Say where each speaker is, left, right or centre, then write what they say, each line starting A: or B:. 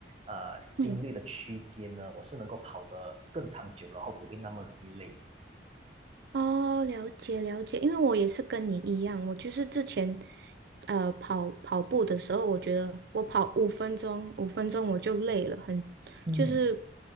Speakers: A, on the right; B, on the right.
A: 呃心率的区间呢，
B: 嗯。
A: 我是能够跑得更长久，然后不会那么容易累。
B: 哦，了解了解，因为我也是跟你一样，我就是之前，呃，跑跑步的时候，我觉得我跑五分钟，五分钟我就累了，很，
A: 嗯。
B: 就是，